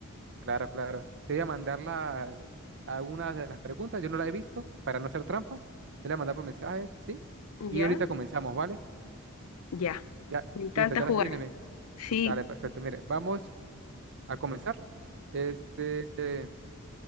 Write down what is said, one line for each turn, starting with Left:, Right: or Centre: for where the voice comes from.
Right: claro, claro. Te voy a mandar las, algunas de las preguntas, yo no las he visto, para no hacer trampa. Te las voy a mandar por mensaje, ¿sí?
Left: Ujú,
Right: Y
Left: Ya,
Right: ahorita comenzamos, ¿vale?
Left: ya.
Right: Ya,
Left: Me encanta
Right: listo, ya
Left: jugar.
Right: las tienes. mi-
Left: Sí.
Right: Dale, perfecto. Mire, vamos. a comenzar. Este, eh,